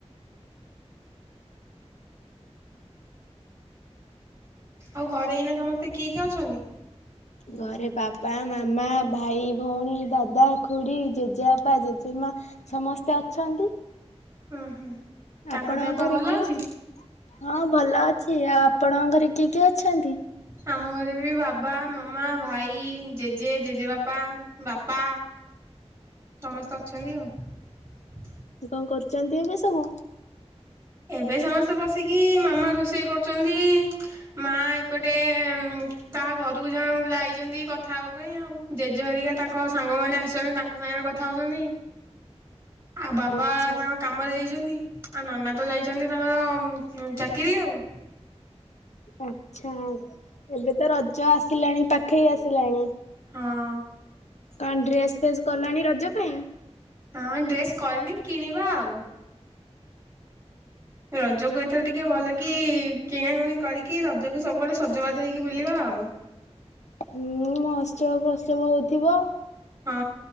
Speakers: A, on the right; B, on the left.
A: ଆଉ ଘରେ ଏଇନା ସମସ୍ତେ କିଏ କିଏ ଅଛନ୍ତି?
B: ଘରେ ବାବା। ମାମା ଭାଇ ଭଉଣୀ ଦାଦା ଖୁଡି ଜେଜେବାପା ଜେଜେମା ସମସ୍ତେ ଅଛନ୍ତି।
A: ହୁଁ ହୁଁ ତାଙ୍କ
B: ଆପଣଙ୍କ
A: ଦେହ ପା
B: ଘରେ
A: ଭଲ
B: କିଏ
A: ଅଛି?
B: କିଏ ହଁ ଭଲ ଅଛି ଆଉ। ଆପଣଙ୍କ ଘରେ କିଏ କିଏ ଅଛନ୍ତି?
A: ଆମ ଘରେ ବି ବାବା ମାମା ଭାଇ। ଜେଜେ ଜେଜେବାପା ବାପା ସମସ୍ତେ। ତ ଅଛନ୍ତି ଆ ଉ।
B: କଣ କରୁଛନ୍ତି ଏବେ ସବୁ।
A: ଏବେ ସମସ୍ତେ ବସିକି ମାମା ରୋଷେଇ କରୁଛନ୍ତି ମା ଏପଟେ କାହା ଘରୁ ଜଣଙ୍କୁ ଯାଇଛନ୍ତି କଥା ହବା ପାଇଁ ଆଉ ଜେଜେହରିକା ତାଙ୍କ ସାଙ୍ଗ ମାନ ଆସିଛନ୍ତି ତାଙ୍କ ସାଙ୍ଗରେ କଥା ହଉଛନ୍ତି। ଆଉ ବାବା
B: ଆଚ୍ଛା
A: ତାଙ୍କ କାମରେ ଯାଇଛନ୍ତି। ଆଉ ନନା। ତ ଯାଇଛନ୍ତି ତାଙ୍କର ଚାକିରି ଆଉ।
B: ଆଛା ଏବେ ତ ରଜ ଆସିଲାଣି ପାଖେଇ ଆସିଲାଣି
A: ହଁ
B: କଣ ଡ୍ରେସ ଫେସ୍ କଲଣି ରଜ ପାଇଁ।
A: ହଁ ଡ୍ରେସ୍ କରିନି କିଣିବା ଆଉ। ରଜକୁ ଏଥର ଟିକେ ଭଲ କି କିଣାକୁଣି କରିକି ରଜକୁ ସବୁବେଳେ ସଜବାଜ ହେଇକି ବୁଲିବା ଆଉ।
B: ହୁଁ ମହୋତ୍ସବ ଫୋତ୍ସବ ହଉଥିବ
A: ହଁ